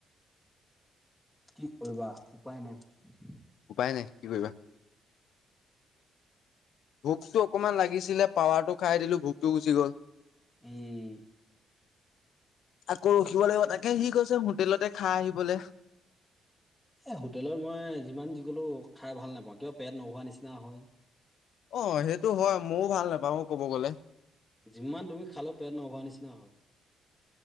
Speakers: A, in the centre; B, on the left.
A: কি কৰিবা উপায় নাই।
B: উপায় নাই কি কৰিবা। ভোকটো অকণমান লাগিছিলে পাৱাৰটো খাই দিলো ভোকটো গুচি গ'ল
A: উম
B: আকৌ ৰখিব লাগিব তাকে সি কৈছে হোটেলতে খাই আহিবলে।
A: এ হোটেলত মই যিমান যি কলো খাই ভাল নাপাওঁ কিবা পেট নভৱা নিচিনা হয়।
B: অ সেইটো হয় ময়ো ভাল নাপাওঁ কব গলে।
A: যিমান তুমি খালে পেট নভৱা নিচিনা হয়।